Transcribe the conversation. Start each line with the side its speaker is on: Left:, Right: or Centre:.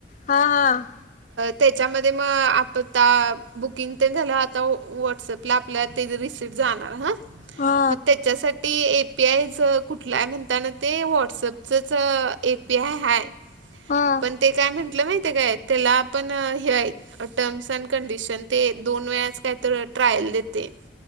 Left: हा हा.
Right: त्याच्यामध्ये मग आता बुकिंग तेन झालं त व्हॉट्सॲप ला आपल्या ते रिसिप्ट जाणार हा
Left: हा हा
Right: मग त्याच्यासाठी पी आय जं कुठला आहे म्हणताना ते व्हॉट्सअपचंच ए पी आय हाय.
Left: हा.
Right: पण ते काय म्हंटलं माहितीय काय त्याला आपण हे हाय टर्म्स अँड कंडिशन ते दोन वेळास काय तर ट्रायल देते.